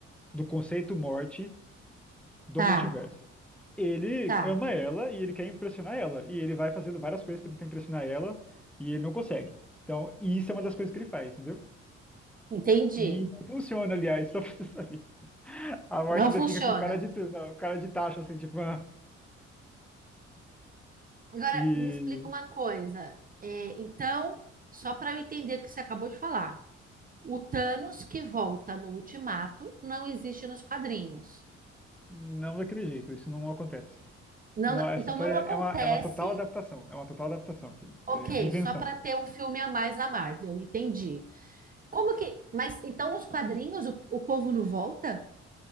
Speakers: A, in the centre; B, on the right.
A: do conceito morte do
B: Tá,
A: multiverso. Ele
B: tá.
A: ama ela e ele quer impressionar ela. E ele vai fazendo várias coisas para tentar impressionar ela e ele não consegue. Então, e isso é uma das coisas que ele faz, entendeu?
B: Entendi.
A: E funciona, aliás, <laughs> só pra você saber. A morte
B: não
A: ainda
B: funciona.
A: fica com cara de, tu- não, cara de tacho, assim, tipo, ah,
B: Agora,
A: e
B: me explica uma coisa. É, então, só para eu entender o que você acabou de falar, o Thanos que volta no Ultimato não existe nos quadrinhos.
A: não daquele jeito, isso não acontece.
B: Não,
A: Não, essa
B: então,
A: história
B: não acontece,
A: é uma, é uma total adaptação, é uma total adaptação, aquilo,
B: ok,
A: é uma invenção.
B: só para ter um filme a mais na Marvel, entendi. Como que. Mas então nos quadrinhos o, o povo não volta?